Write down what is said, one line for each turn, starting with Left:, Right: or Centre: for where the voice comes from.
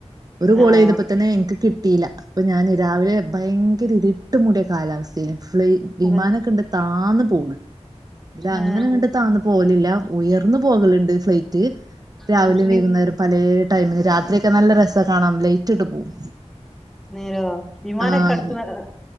Right: ഒരു കോളയ്തപ്പോ
Centre: ആഹ്
Right: തന്നെ എനിക്ക് കിട്ടീല പ്പ ഞാൻ രാവിലെ ഭയങ്കര ഇരിട്ട്മൂടിയ കാലാവസ്ഥേനി. ഫ്ലൈ വിമാനക്കണ്ട്
Centre: അതെ
Right: താന്നു പോണ്. <unintelligible>
Centre: ആഹ്
Right: അങ്ങനങ്ങട്ട് താന്നു പോകടലില്ല. ഉയർന്നു പോകല്ണ്ട്. ഫ്ലൈറ്റ് രാവില്യും
Centre: ആഹ് വി
Right: വൈകുന്നേരം പലേ ടൈമിന്. രാത്രിയൊക്കെ നല്ല രസാ കാണാം. ലൈറ്റ് ഇട്ട് പോവും
Centre: നേരോ വിമാനക്കട്ത്ത്
Right: ആഹ്
Centre: <inaudible>